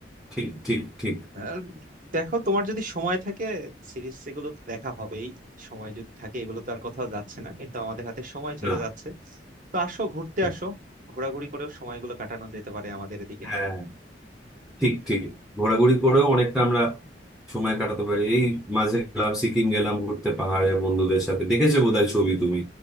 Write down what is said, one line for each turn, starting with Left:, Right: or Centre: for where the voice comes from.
Centre: ঠিক ঠিক ঠিক
Right: আর দেখো তোমার যদি সময় থাকে সিরিজ এগুলো তো দেখা হবেই সময় যদি থাকে এগুলো তো আর কোথাও যাচ্ছে না কিন্তু আমাদের হাতে সময় চলে
Centre: না
Right: যাচ্ছে তো আসো ঘুরতে
Centre: ঠিক,
Right: আসো ঘোরাঘুরি করেও সময়গুলো কাটানো যেতে পারে আমাদের এদিকে
Centre: হ্যাঁ ঠিক ঠিক ঘোরাঘুরি করেও অনেকটা আমরা সময় কাটাতে পারি এই মাঝে গেলাম সিকিম গেলাম ঘুরতে পাহাড়ে বন্ধুদের সাথে দেখেছো বোধহয় ছবি তুমি